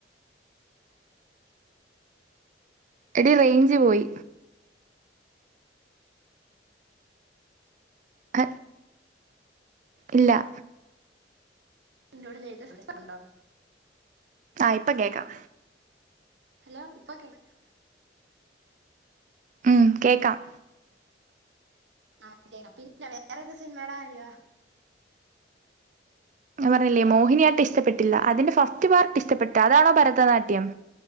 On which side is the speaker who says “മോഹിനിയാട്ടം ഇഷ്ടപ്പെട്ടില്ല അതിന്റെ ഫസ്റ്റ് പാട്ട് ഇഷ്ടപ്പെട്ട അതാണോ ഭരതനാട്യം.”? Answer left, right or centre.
Right